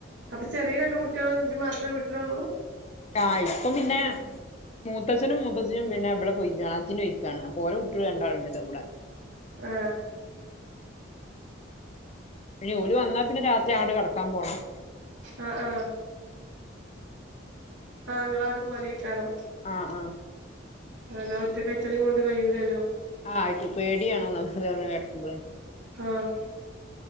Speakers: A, on the right; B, on the left.
A: അപ്പൊ ചെറിയ രണ്ട് കുട്ട്യളും ഇജ്ജും മാത്ര വീട്ടിലൊള്ളൂ
B: ആഹ് ഇപ്പം പിന്നെ മൂത്തച്ചനും മുത്തച്ചിയും പിന്നെ ഇബടെ പോയിക്കാ ഹജ്ജിനോയിക്കാണ് അപ്പൊ ഓല കുട്ട്യള് രണ്ടാള്ണ്ട് എന്റെകൂടെ
A: ആഹ്
B: പിന്നെ ഓല് വന്നാ പിന്നെ രാത്രിആണ്ട് കെടക്കാൻ പോണം
A: ആഹ് ആഹ് ആഹ് ഇങ്ങളാണ്ട് പോവലേയ്ക്കാരം
B: ആഹ് ആഹ്
A: അല്ല ഒറ്റകഴിറ്റളീംകൊണ്ട്
B: അങ്ങട്ട് പോവും
A: കഴിയൂലല്ലോ
B: ആഹ് അയിറ്റു പേടിയാണോ ഇങ്ങക്ക് അങ്ങനെ കെടക്കുമ്പ്ളേ
A: ആഹ്